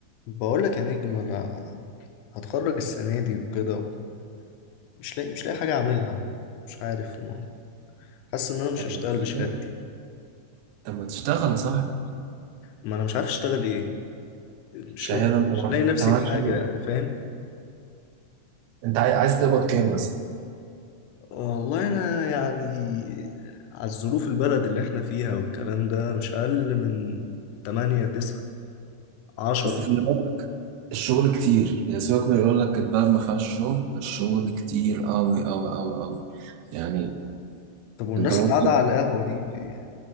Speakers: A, on the left (about 80°); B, on the right (about 80°).
A: بقول لك يا نجم انا هتخرج السنه دي وكده مش لاقي مش لاقي حاجه اعملها مش عارف ما- حاسس ان انا مش
B: طب
A: هشتغل
B: ما تشتغل
A: بشهادتي
B: طب ما تشتغل يا صاحبي
A: ما انا مش عارف اشتغل ايه مش
B: شهادة
A: لاقي
B: انت
A: مش
B: معاك
A: لاقي نفسي
B: انت معاك
A: في
B: شهادة
A: حاجه فاهم
B: انت عاي- عايز تقبض كام مثلا
A: والله انا يعني على الظروف البلد اللي احنا فيها والكلام ده مش اقل من 8 9 10
B: بس في الأول الشغل كتير يعني سيبك من يقول لك البلد ما فيهاش شغل الشغل كتير قوي قوي قوي قوي يعني
A: طب والناس
B: انت ممكن
A: اللي قاعده على القهوه دي بي-